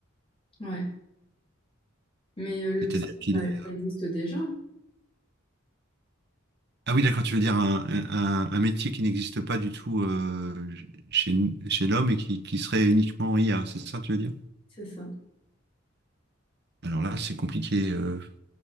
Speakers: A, on the left; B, on the right.
A: Ouais. Mais euh, le
B: C'est-à-dire
A: psy,
B: qu'il
A: ça,
B: est...
A: ça existe déjà.
B: Ah oui, d'accord, tu veux dire un, un- un métier qui n'existe pas du tout euh, chez, chez l'homme et qui, qui serait uniquement IA, c'est ça, tu veux dire?
A: C'est ça.
B: Alors là, c'est compliqué. euh,